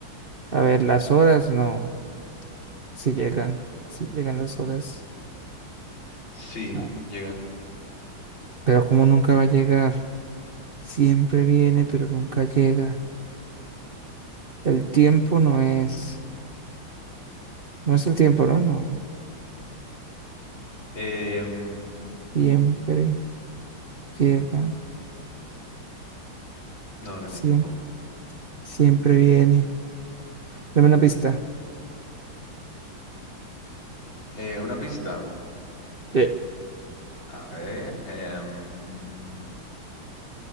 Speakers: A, on the right; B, on the left.
A: A ver, las horas no, si llegan, si llegan las horas.
B: Sí,
A: Ah,
B: llegan.
A: Pero como nunca va a llegar, siempre viene, pero nunca llega. El tiempo no es, no es el tiempo, ¿no? No.
B: Em,
A: Siempre llega,
B: no, no es
A: siempre,
B: el tiempo.
A: siempre viene. Dame una pista.
B: Eh, una pista.
A: Eh,
B: A ver. em,